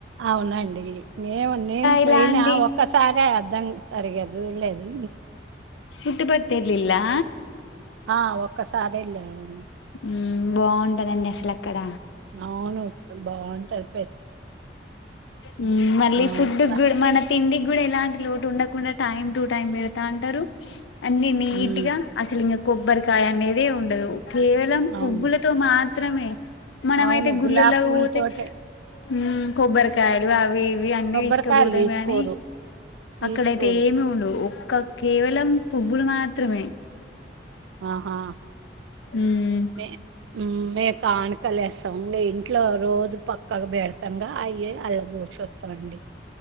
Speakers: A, on the right; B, on the left.
A: అవునండి నేను నేను
B: ఎలా
A: పోయినా
B: అండి
A: ఒక్కసారే అర్థం జరిగేది అది వెళ్లే అది
B: పుట్ పర్తిర్లిలా
A: ఆ ఒక్కసారి వెళ్ళనండి
B: మ్మ్ బాగుంటదండి అసలు అక్కడ
A: అవును వ బాగుంటయి
B: మ్మ్ మళ్ళీ
A: ఆ
B: ఫుడ్
A: స-
B: కూడా మన తిండి కూడా ఎలాంటి లోటు ఉండకుండా టైమ్ టు టైమ్ పెడతా అంటారు అన్నీ నీట్గా
A: ఉమ్
B: అసలింగ కొబ్బరికాయ అనేది ఉండదు కేవలం
A: అవును
B: పువ్వులతో మాత్ త్రమే మనము
A: అవును
B: అయితే గుళ్ళల్లోకి
A: గులాబీ పూలతోటే
B: పోతే మ్మ్ కొబ్బరికాయలు అవి ఇవి ఇవి అన్ని
A: కొబ్బరికాయలు
B: తీసుకపోతాం
A: తీసుకోరు
B: గాని
A: తీసుకోరు
B: అక్కడయితే ఏమి ఉండవు ఒక్క కేవలం పువ్వులు మాత్రమే
A: ఆ ఆ
B: మ్మ్
A: ఏ మేమ్ తాన్ కలెస్ తం మీ ఇంట్లో రోజు పక్కగా బె తంగా అయ్యే అల్ళ భుషోత్సం అండి